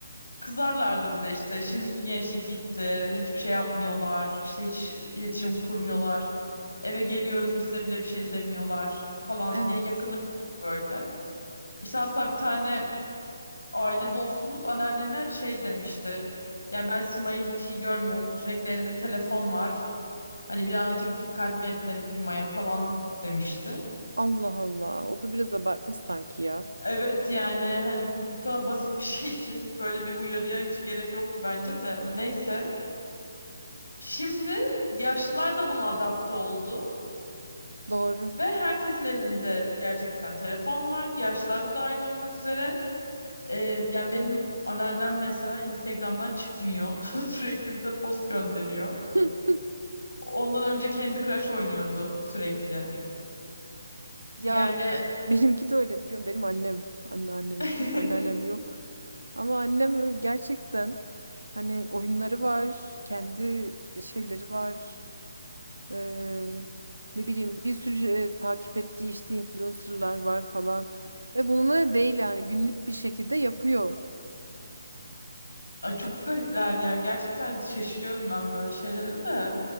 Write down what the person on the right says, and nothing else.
Evet.
Allah Allah. O da biraz abartmış sanki ya.
Doğru.
<laughs>
Ya
benimki de öyle biliyorum. Benim annem. Anneannem
değil. Anneannem yok. Ama annem öyle- gerçekten hani oyunları var. Kendi şeyleri var. Ee, ne bileyim bir sürü e, takip ettiği işte influencerlar var falan. Ve bununla değil yani günlük bir şekilde yapıyor.